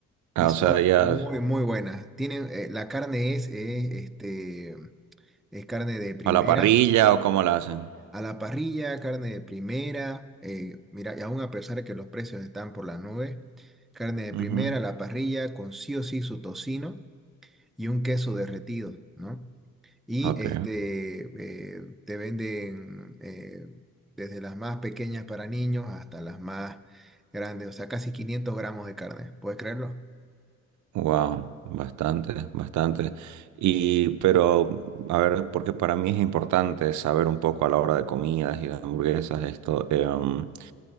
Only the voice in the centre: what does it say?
Y son
muy, muy buenas. Tienen, eh, la carne es, eh, este, es carne de primera,
a la parrilla, carne de primera. eh, mira, y aún a pesar de que los precios están por las nubes, carne de
primera, a la parrilla, con sí o sí su tocino y un queso derretido, ¿no? Y
este, eh, te venden eh, desde las más pequeñas para niños hasta las más grandes, o sea, casi 500 gramos de carne, ¿puedes creerlo?